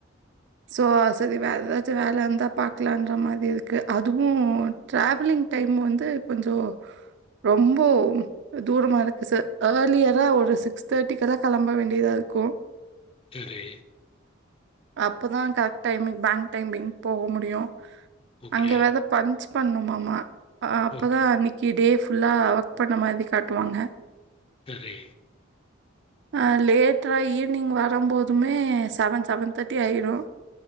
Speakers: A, on the right (about 60°); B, on the left (about 30°).
A: சோ சரி வே ஏதாச்சும் வேல இருந்தா பாக்கலன்ற மாரி இருக்கு அதுவும் டிராவலிங் டைம் வந்து கொஞ்சம் ரொம்ப தூரமா இருக்கு சார் இர்லியரா ஒரு சிக்ஸ் தேர்ட்டிக்கல்லாம் கிளம்ப வேண்டியதா இருக்கும்
B: சேரி
A: அப்பதான் கரெக்ட் டைமுங் பேங்க் டைமிங் போக முடியும்
B: ஓகே
A: அங்கே வத பஞ்ச பண்ணுமாமா ஆஹ் அப்பதான்
B: ஓகே
A: அன்னைக்கி டே ஃபுல்லா அவ பண்ண மாதிரி காட்டுவாங்க
B: சேரி
A: அஹ்லேட் ஈவினிங் வரம்போது எதுமே செவன் செவன் தேர்ட்டி ஆயிரும்